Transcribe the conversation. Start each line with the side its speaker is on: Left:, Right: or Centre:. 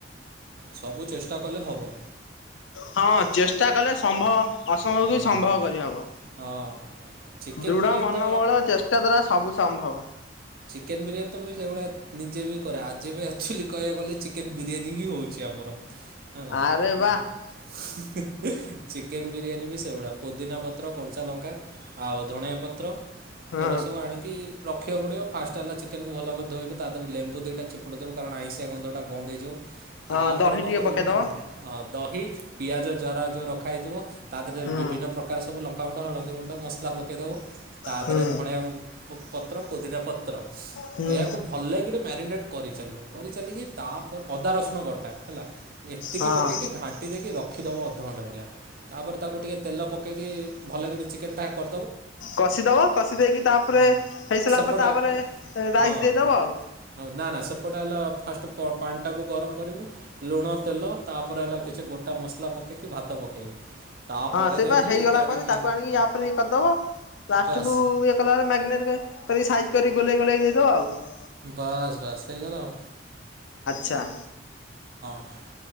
Right: ସବୁ ଚେଷ୍ଟା କଲେ ହବ।
Left: ହଁ ଚେଷ୍ଟା କଲେ ସମ୍ଭବ ଅସମ୍ଭବକୁ ବି
Right: ହଁ
Left: ସମ୍ଭବ କରିହବ।
Right: ହଁ ଚିକେନ୍
Left: ଦୃଢ
Right: ବିରିୟାନୀ
Left: ମନୋବଳ
Right: ତ
Left: ଚେଷ୍ଟା ଦ୍ଵାରା ସବୁ ସମ୍ଭବ।
Right: ଚିକେନ ବିରିୟାନୀ ତ ସେଇଭଳିଆ ନିଜେ ବି କରେ ଆଜି ବି ଆକ୍ଚୋଲି କହିବାକୁ ଗଲେ ଚିକେନ ବିରିୟାନୀ ହିଁ ହଉଚି ଆମ ମୋର ନା ନା
Left: ଆରେ ବା
Right: ଚି ଚିକେନ ବିରିୟାନୀ ବି ସେଇଭଳିଆ ପୁଦିନା ପତ୍ର କଞ୍ଚା ଲଙ୍କା ଆଉ ଧଣିଆ ପତ୍ର
Left: ହଁ
Right: ଏଗୁଡ଼ା ସବୁ ଆଣିକି ରଖିବାକୁ ପଡିବ। ଫାଷ୍ଟ ହେଲା ଚିକେନକୁ ଭଲ ଭାବରେ ଧୋଇବ ତା ଦେହରେ ଲେମ୍ବୁ ଦିଟା ଚିପୁଡି ଦବ କାରଣ ଆଇଁଶିଆ ଗନ୍ଧଟା ବାନ୍ଦ ହେଇଯିବ।
Left: ହଁ
Right: ତାପରେ
Left: ଦହି
Right: କଣ
Left: ଟିକେ
Right: କରିବ
Left: ପକେଇଦବ
Right: ନା ଦହି ପିଆଜ ଜରା ଯୋଉ ରଖା ହେଇଥିବ। ତା ଦେହରେ
Left: ହୁଁ
Right: ବିଭିନ୍ନ ପ୍ରକାର ସବୁ ଲଙ୍କା ଗୁଣ୍ଡ ହଳଦୀ ଗୁଣ୍ଡ ମସଲା ପକେଇ ଦବ। ତା
Left: ହୁଁ
Right: ଦେହରେ ଧଣିଆ ପତ୍ର ପୋଦିରା ପତ୍ର
Left: ହୁଁ
Right: ଏହାକୁ ଭଲ ଲାଗି ଟେ ମ୍ୟାରିନେଟ କରିଚଲିବ କରିଚଲିକି ତାପରେ ଅଦା ରସୁଣ ବଟା ହେଲା। ଏତିକି
Left: ହଁ
Right: ପକେଇକି ଘାଣ୍ଟି ଦେଇକି ରଖିଦେବ ଅଧଘଣ୍ଟା ଭଳିଆ। ତାପରେ ତାକୁ ଟିକେ ତେଲ ପକି ଭଲ କି ଚିକେନ ଟା କର
Left: କଷିଦବ କଷି ଦେଇକି ତାପରେ ହେଇ ସାରିଲା
Right: ସେପଟେ
Left: ପରେ ତାପରେ ରାଇସ୍
Right: ହଁ
Left: ଦେଇଦବ ଆଉ।
Right: ନା ନା ସେପଟେ ହେଲା ଫାଷ୍ଟ ପ ଆ ପାଣିଟାକୁ ଗରମ କରିବୁ ଲୁଣ ତେଲ ତାପରେ ହେଲା କିଛି ଗୋଟା ମସଲା ପକେଇକି ଭାତ ପକେଇବୁ। ତାପରେ
Left: ହଁ ସେ
Right: ଯାଇକି
Left: ବା ହେଇଗଲା
Right: କାଢ଼ିକି
Left: ପରେ ତାକୁ ଆଣିକି ୟାପରେ ବି କରିଦବ ପ୍ଲାଷ୍ଟିକୁ
Right: ବାସ୍
Left: ଇଏ କଲା ମଗ୍ନେଟ ସାଇଜ୍ କରି ଗୋଲେଇ ଗୋଲେଇ ଦେଇଦବ ଆଉ କଣ।
Right: ବାସ୍ ବାସ୍ ହେଇ ଗଲା ଆଉ।
Left: ଛା
Right: ହଁ